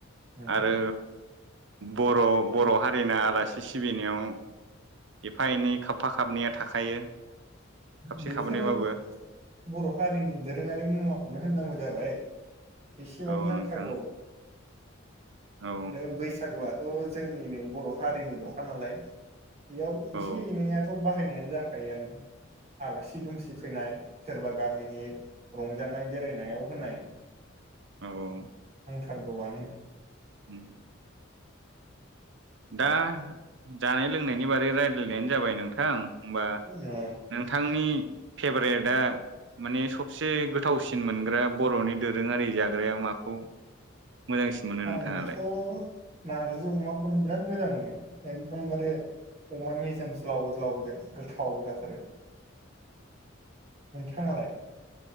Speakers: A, on the right (about 35°); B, on the right (about 60°).
A: उम
B: आरो बर' बर' हारिना आलासि सिबिनायाव एफा एनै खाबफा खाबनैया थाखायो। खाबसे
A: बेफोरो
B: खाबनैबाबो
A: बर' हारिनि दोरोङारि मुवाखौनो होननांगौ जाबाय एसेबाबो
B: औ नोंथां
A: नांथारगौ।
B: औ
A: आरो बैसागुआथ' जोंनिनो बर' हारिनिल'खा नालाय। बेयाव
B: औ
A: एसे एनैआथ' बाहायनायानो जाखायोआनो आलासि दुमसि फैनाय सोरबा गामिनि रंजानाय बेरायनायाव होनाय।
B: औ-औ।
A: गवानो।
B: उम। दा जानाय लोंनायनि बारै रायज्लायनायानो जाबाय नोंथां। होबा
A: ओ
B: नोंथांनि फेभरेटआ माने सबसे गोथावसिन मोनग्रा बरनि दोरोङारि जाग्राया माखौ मोजांसिन मोनो नोंथाङालाय
A: आंथ नारजि अमाखौनो बिराद मोजां मोनो एखदमबारे अमा मेजेम ज्लाव ज्लावजों गोथाव जाथारो। नोंथांङालाय?